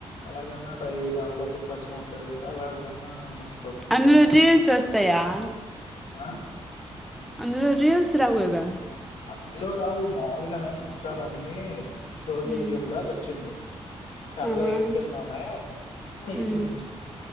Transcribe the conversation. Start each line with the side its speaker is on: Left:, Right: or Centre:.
Left: అలాగన్నా డై డెవలప్ పరిచయం అవుతారు కదా అలాగన్నా మర్చిపోతాం
Centre: అందులో
Left: కదా
Centre: రీల్స్ <unintelligible> <inaudible>
Left: ఆ
Centre: అందులో రీల్స్ రావ్ గదా
Left: అందులో రావు మాములుగానే ఇన్స్టాలోనే షోల్ చేసి
Centre: ఉమ్
Left: ఏప్పుడా అది వచ్చింది సరదా
Centre: ఆహా
Left: ఎక్కిందలే అని ఎక్కించిన్
Centre: ఉమ్